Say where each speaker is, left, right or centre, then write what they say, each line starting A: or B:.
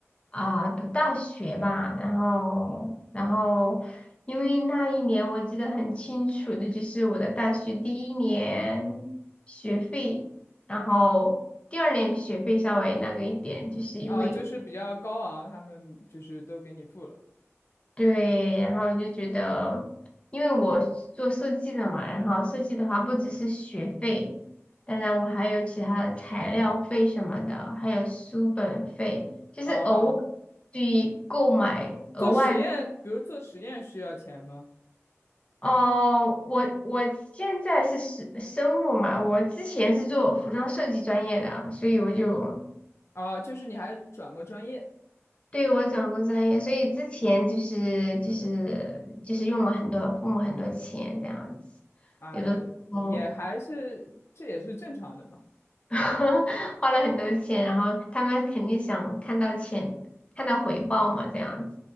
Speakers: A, on the left; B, on the left.
A: 啊，读大学吧，然后然后因为那一年我记得很清楚的就是我的大学第一年学费，然后第二年学费稍微那个一点，就是因为。
B: 啊，就是比较高昂，他们就是都给你付了。
A: 对，然后我就觉得，因为我是做设计的嘛，然后设计的话不只是学费，当然我还有其他的材料费什么的，还有书本费，就是额外
B: 啊。
A: 去购买额外。
B: 做实验，比如做实验需要钱吗？
A: 哦，我我现在是生生物嘛，我之前是做服装设计专业的，所以我就
B: 啊，就是你还转过专业，
A: 对，我转过专业，所以之前就是就是就是用了很多父母很多钱这样子，
B: 哎呀，
A: 有的时候
B: 也还是这也是正常的嘛。
A: <laughs> 花了很多钱，然后他们肯定想看到钱，看到回报嘛这样子。